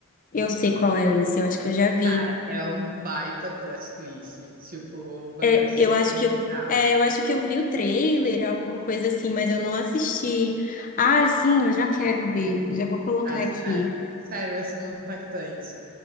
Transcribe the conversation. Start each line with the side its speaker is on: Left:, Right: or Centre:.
Left: Eu sei qual é esse, eu acho que eu já vi.
Right: Cara, é um baita plot twist, tipo, um bagulho
Left: É,
Right: é
Left: eu acho
Right: surreal,
Left: que eu, é, eu acho que eu vi o trailer, alguma coisa assim, mas eu não assisti. Ah, sim, eu já quero ver. Já vou colocar
Right: assim.
Left: aqui.
Right: Sério, vai ser muito impactante.